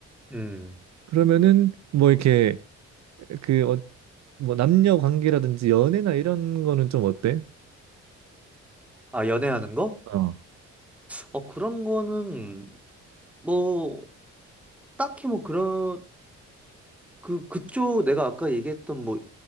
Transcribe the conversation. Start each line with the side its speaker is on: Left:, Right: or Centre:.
Centre: 음.
Right: 그러면은 뭐 이렇게 그 어, 뭐 남녀 관계라든지 연애나 이런 거는 좀 어때?
Centre: 아, 연애하는 거?
Right: 어.
Centre: 어, 그런 거는 뭐 딱히 뭐 그런 그 그쪽 내가 아까 얘기했던 뭐